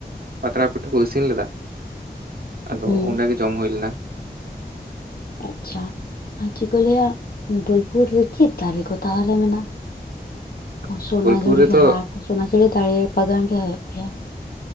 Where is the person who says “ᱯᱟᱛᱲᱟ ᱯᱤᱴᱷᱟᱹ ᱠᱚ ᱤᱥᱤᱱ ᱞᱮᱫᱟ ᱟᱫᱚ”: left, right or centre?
Right